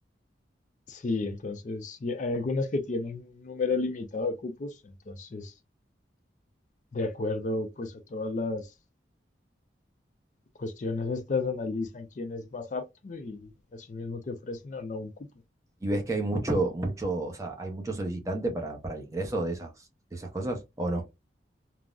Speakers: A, on the left; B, on the right.
A: sí, entonces sí, hay algunas que tienen un número limitado de cupos, entonces de acuerdo pues a todas las Cuestiones estas analizan quién es más apto y asimismo te ofrecen o no un cupo.
B: Y ves que hay mucho, mucho, o sea, hay mucho solicitante para, para el ingreso de esas, de esas cosas, ¿o no?